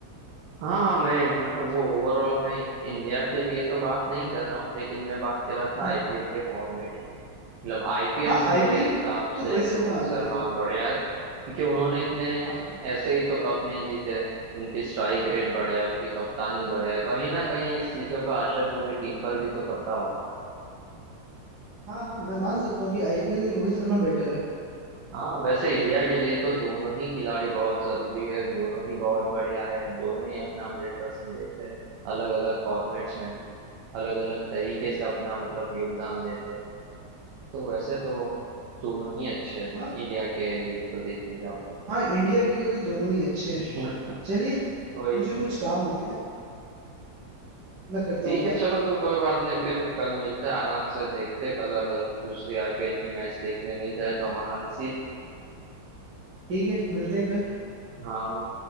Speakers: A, on the right; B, on the right.
A: हाँ हाँ मैं मतलब वो ओवरऑल मैं इंडिया के लिए तो बात नहीं कर रहा हूँ लेकिन मैं बात कर रहा था
B: हम्म
A: आईपीएल
B: हम्म।
A: के फॉर्मेट की मतलब आईपीएल
B: हाँ
A: में
B: आईपीएल
A: मेरे हिसाब
B: में तो
A: से
B: रोहित शर्मा
A: रोहित
B: आ
A: शर्मा
B: गए है
A: बढ़िया है क्योंकि उन्होंने इतने
B: हाँ हाँ
A: ऐसे ही तो कप नहीं जीते उनकी स्ट्राइक रेट बढ़िया है उनकी कप्तानी बढ़िया है कहीं ना कहीं इस चीजों का असर पूरी टीम पर भी तो पड़ता होगा ना।
B: हाँ हाँ मैं मान सकता हूँ कि आईपीएल में रोहित शर्मा बेटर है
A: हाँ वैसे इंडिया के लिए तो दोनों ही खिलाड़ी बहुत जरूरी है दोनों ही बहुत बढ़िया है दोनों ही अपना हंड्रेड परसेंट देते हैं अलग अलग फॉर्मेट्स में अलग अलग तरीके से अपना मतलब योगदान देते हैं तो वैसे तो दोनों ही अच्छे हैं
B: हाँ
A: इंडिया के लिए तो देखने जाओ तो
B: हाँ इंडिया के लिए तो दोनों ही अच्छे
A: <laughs>
B: हैं चलिए
A: वही
B: मुझे कुछ काम हो गया मैं करता
A: ठीक
B: हूँ बात
A: है चलो तो कोई बात नहीं फिर कल मिलते हैं आराम से देखते हैं कल अगर दूसरी आईपीएल की मैच देखने मिल जाए तो हमारा नसीब
B: ठीक है मिलते हैं कल
A: हाँ